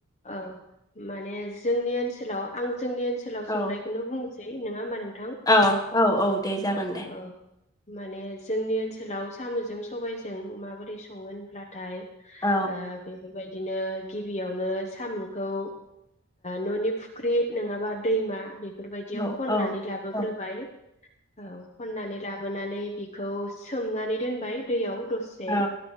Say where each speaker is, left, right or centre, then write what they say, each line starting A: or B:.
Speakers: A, on the left (about 35°); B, on the left (about 15°).
A: औ माने जोंनि ओनसोलाव आं जोंनि ओनसोलाव संनायखौनो
B: औ
A: बुंनो नोंङा होमबा नों
B: औ औ औ दे जागोन दे
A: औ माने जोंनि ओनसोलाव सामुजों सबायजों माबोरै संङो होनब्लाथाय
B: औ
A: ओ बे बेबायदिनो गिबियावनो सामुखौ ननि फुख्रि नङाबा दैमा बे बेफोरबायदियाव
B: औ
A: खननानै लाबोग्रोबाय
B: औ
A: औ खननानै ला लाबोनानै बिखौ सोमनानै दोनबाय दैयाव दसे
B: औ